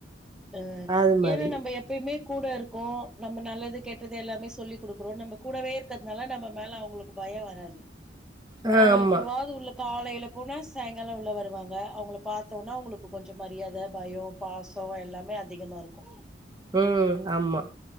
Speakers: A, in the centre; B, on the right.
A: அ
B: அது மாரி.
A: ஏன்னா நம்ப எப்பயுமே கூடருக்கோ நம்ம நல்லது கெட்டது எல்லாமே சொல்லி குடுக்குறோ நம்ப கூடவே இருக்கறதுனால நம்ம மேல அவங்களுக்கு பயொ வராது
B: ஆ
A: அவுங்க
B: ஆமா.
A: எப்பவாது உள்ள காலைல போனா சாய்ங்கால உள்ள வருவாங்க அவுங்கள பாத்த ஒன்ன அவுங்களுக்கு கொஞ்சம் மரியாத பயோ பாசோ எல்லாமே அதிகமா இருக்கூ
B: ம் ஆமா